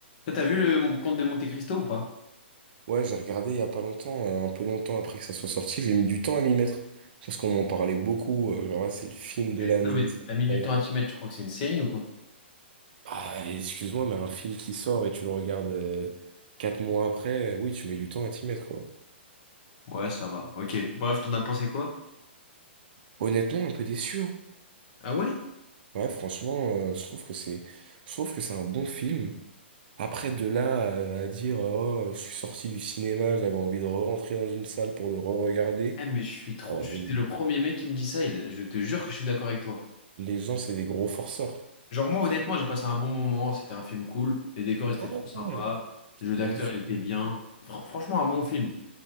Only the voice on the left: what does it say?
Toi, t'as vu le Comte de Monte Cristo ou pas?
Non mais
T'as
mis du temps à t'y mettre, tu crois que c'est une série ou quoi?
ouais ça va. Ok. Bref, t'en as pensé quoi?
Ah ouais?
Eh mais je suis trop.
je-
T'es le premier mec qui me dit ça et je te jure que je suis d'accord avec toi.
Genre moi honnêtement j'ai passé un bon moment, c'était un film cool, les décors ils étaient
trop sympas,
le jeu
d'acteur
il était bien. Fran- franchement un bon film.